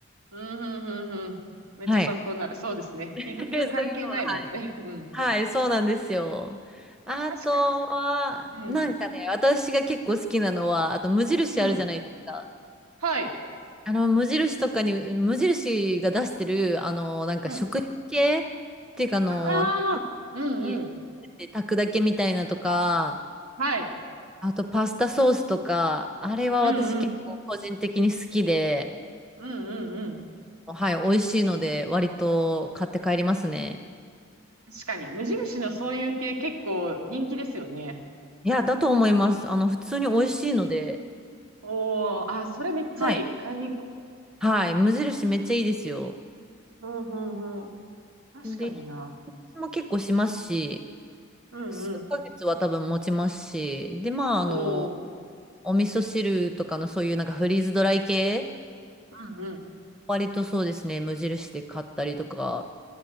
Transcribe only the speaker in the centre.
はい。
<laughs>
そういうのは、はい。
はい、そうなんですよ。あとは、
なんかね、
私が結構好きなのは、あと無印あるじゃないですか。
あの、無印とかに、無印が出してる、あの、なんか食品系っ
ていうか、あの、
なんか、
入れて炊くだけみたいなとか、
あとパスタソースとか、あれは私結構個人的に好きで、
はい、美味しいので割と買って帰りますね。
いや、だと思います。あの、普通に美味しいので、
はい。
はい、無印めっちゃいいですよ。
で、日持ちも結構しますし、
数ヶ月は多分持ちますし、で、まあ、
あの、お味噌汁とかのそういうなんかフリーズドライ系、
割とそうですね、無印で買ったりとか、